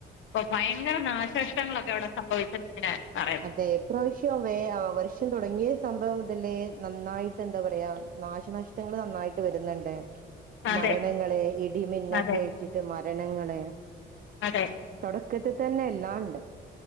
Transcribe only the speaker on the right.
അതെ പ്ര്രാവശ്യംവേ വർഷം തുടങ്ങിയ സംഭവം മുതലേ നന്നായിട്ട് എന്താ പറയാ നാശനഷ്ടങ്ങള് നന്നായിട്ട് വരുന്നുണ്ട്
മരണങ്ങള് ഇടിമിന്നൊക്കെ
ആഴറ്റിട്ട്. മ മരണങ്ങള്
തുടക്കത്തി തന്നെ എല്ലാം ഉണ്ട്